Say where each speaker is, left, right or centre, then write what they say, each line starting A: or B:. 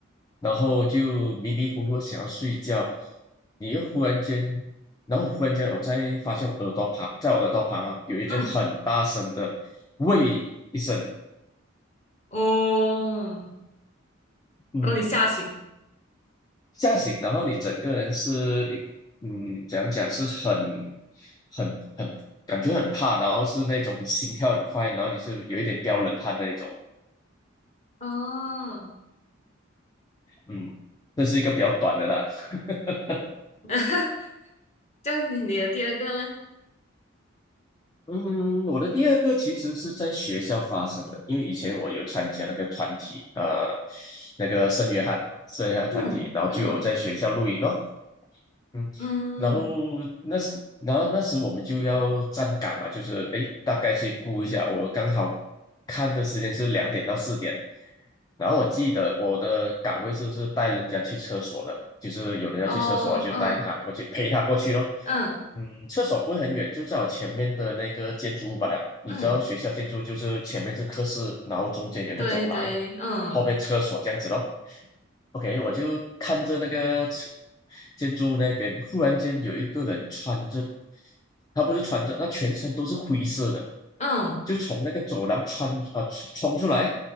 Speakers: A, on the left (about 20°); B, on the left (about 35°).
A: 然后就迷迷糊糊想要睡觉，你又忽然间然后忽然间我再发现我耳朵旁，在我耳朵旁啊有一只很大声的喂一声，
B: 嗯，哦，
A: 嗯，
B: 然后你吓醒，
A: 吓醒，然后你整个人是一，嗯，怎样讲是很很很感觉很怕，然后是那种你心跳很快，然后你是有一点飙冷汗那一种，
B: 哦，
A: 嗯，这是一个比较短的啦。<laughs>
B: <laughs> 这样你你的第二个呢？
A: 嗯，我的第二个其实是在学校发生的，因为以前我有参加那个团体，呃，那个圣约翰圣约翰团体，
B: 嗯嗯
A: 然后就有在学校露营咯。嗯，
B: 嗯，
A: 然后那时，然后那时我们就要站岗嘛，就是哎，诶大概去估一下。我刚好看的时间是两点到四点，然后我记得我的岗位就是带人家去厕所的，就是有人要去厕所，
B: 哦嗯
A: 就带他过去陪他过去咯。
B: 嗯
A: 嗯，厕所不会很远，就在我前面的那个建筑物罢了。你知道学校建筑就是前面是课室，
B: 嗯，
A: 然后中间有个走廊，
B: 对对，嗯
A: 后面厕所这样子咯。OK，我就看着那个吃建筑物那边，忽然间有一个人穿着，他不是穿着，他全身都是灰色的，
B: 嗯
A: 就从那个走廊穿啊、冲冲出来，